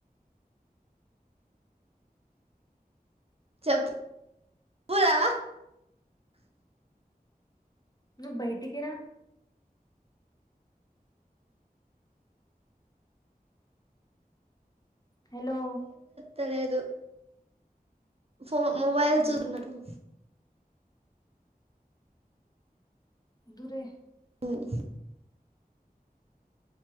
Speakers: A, on the right; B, on the left.
A: చెప్ <unintelligible> ప్పురా
B: నువ్ బయటికిరా హలో
A: తెలియదు ఫో మొబైల్
B: ఉమ్,
A: చూస్తున్నారు
B: దురే
A: <unintelligible>